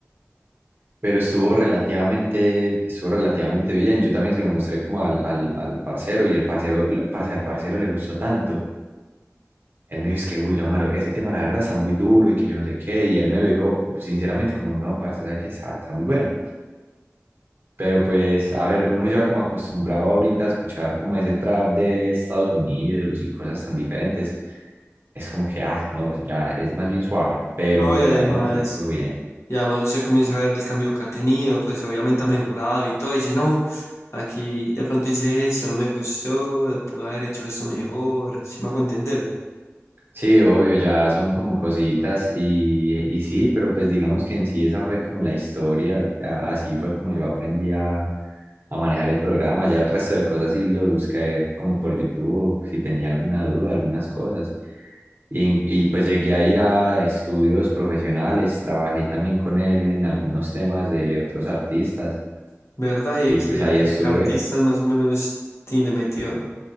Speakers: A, on the right; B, on the left.
A: pero estuvo relativamente, estuvo relativamente bien. Yo también se lo mostré como al, al, al parcero y al parcero, la- parce, al parcero le gustó tanto. Él me dijo, es que, uy, no, mano, ese tema la verdad está muy duro y que yo no sé qué. Y él me lo dijo sinceramente como, no, parce, sabe que está, está muy bueno. Pero pues, a ver, uno ya como acostumbrado ahorita a escuchar como ese trap de Estados Unidos y cosas tan diferentes, es como que, ah, no, ya es más bien suave. Pero
B: No, y además,
A: la verdad, sí, estuvo bien.
B: y además se comienza a ver el cambio que ha tenido, pues obviamente ha mejorado y todo, y dice, no, aquí de pronto hice esto, no me gustó, eh, pude haber hecho esto mejor, si me hago entender,
A: Sí, obvio, ya son como cositas y, y sí, pero pues digamos que en sí esa fue como la historia, a- así fue como yo aprendí a, a manejar el programa, ya el resto de cosas sí lo busqué como por YouTube, si tenía alguna duda, algunas cosas. Y, y pues llegué a ir a estudios profesionales, trabajé también con él en algunos temas de otros artistas
B: ¿verdad? Y de
A: y
B: que,
A: pues ahí
B: de
A: estuve.
B: que artistas más o menos sí le metió